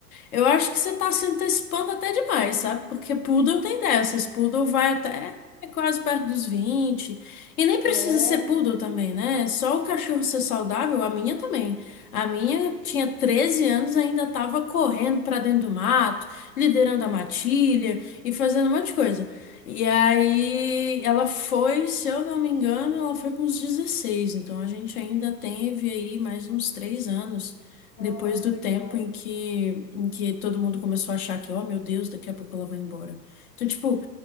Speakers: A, on the left (about 60°); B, on the left (about 20°).
A: eu acho que você tá se antecipando até demais, sabe? Porque poodle tem dessas, poodle vai até quase perto dos 20 e nem precisa
B: É,
A: ser poodle também, né? É Só o cachorro ser saudável, a minha também. A minha tinha 13 anos, ainda tava correndo pra dentro do mato, liderando a matilha e fazendo um monte de coisa. E aí ela foi, se eu não me engano, ela foi com uns 16 então a gente ainda teve aí mais uns três anos
B: ah,
A: depois do
B: legal.
A: tempo em
B: legal.
A: que, em que todo mundo começou a achar que, oh meu Deus, daqui a pouco ela vai embora. Então, tipo,